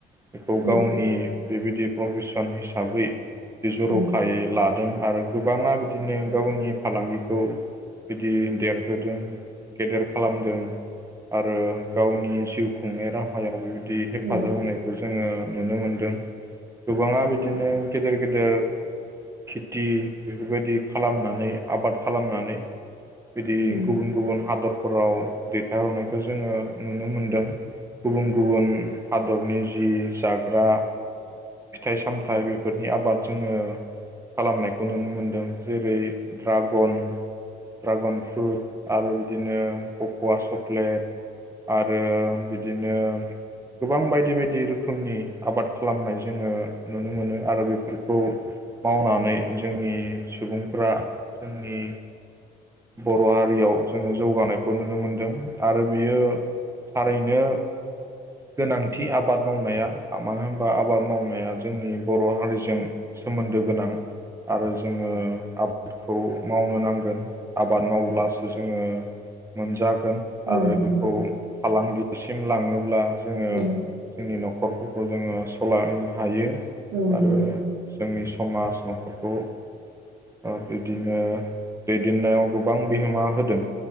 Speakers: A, on the right (about 15°); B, on the right (about 70°).
A: बेखौ
B: औ
A: गावनि बेबायदि प्रफेस न हिसाबै बि जरखायै
B: उम
A: लादों। आरो गोबाङा बिदिनो गावनि फालांगिखौ बिदि देरहोदों, गेदेर खालामदों। आरो गावनि जिउ खुंनाय राहायाव बेबाय दि हेफाजाब
B: ओं औ उम
A: होनायखौ जोङो नुनो मोनदों। गोबाङा बिदिनो गेदेर गेदेर खेथि बेफोरबायदि खालामनानै आबाद खालामनानै बिदि
B: उम
A: गुबुन गुबुन हादर फोराव दैथायहरनायखौ जोङो नुनो मोनदों। गुबुन गुबुन हा दरनि जि जा ग्रा, फिथाइ सामथाइ बेफोरनि आबाद जोङो खालामनायखौ नुनो मोनदों। जेरै द्रागन ड्रागन फ्रुट आरो बिदिनो ककवा चक्लेट आरो बिदिनो गोबां बायदि बायदि रोखोमनि आबाद खालामनाय जोङो नुनो मोनो आरो बेफोरखौ मावनानै जोंनि सुबुंफ्रा जोंनि बर हारियाव जोङो जौगानायखौ नुनो मोनदों। आरो बियो थारैनो गोनांथि आबाद मावनाया मानो होनबा आबाद मावनाया जोंनि बर हारिजों सोमोन्दो गोनां आरो जोङो आ बादखौ मावनो नांगोन। आबाद मावोब्लासो जोङो मोनजागोन
B: उम औ नंगौ औ
A: आरो
B: नंगौ
A: बेखौ फालांगिसिम लाङोब्ला जोङो
B: औ
A: जोंनि न'खरखौ खौ जोङो सालायनो हायो
B: औ नोंगौ।
A: आरो जोंनि समाज न'खरखौ औ बिदिनो दैदेननायाव गोबां बिहोमा होदों